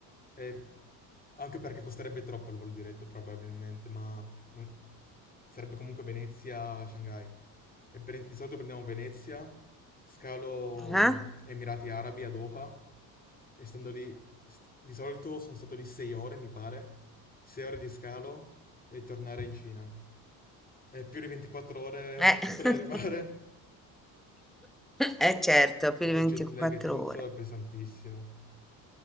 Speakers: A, on the left (about 20°); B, in the centre.
A: e anche perché costerebbe troppo il volo diretto probabilmente, ma non- sarebbe comunque Venezia a Shanghai. E pre- di solito prendiamo Venezia, scalo
B: ah,
A: Emirati Arabi a Doha, e stando lì, s- di solito sono stato lì 6 ore, mi pare, 6 ore di scalo e tornare in Cina. È più di 24 ore
B: eh, <laughs>
A: per arrivare,
B: eh, certo, più
A: poi
B: di
A: col
B: 24
A: jet lag e tutto
B: ore.
A: è pesantissimo.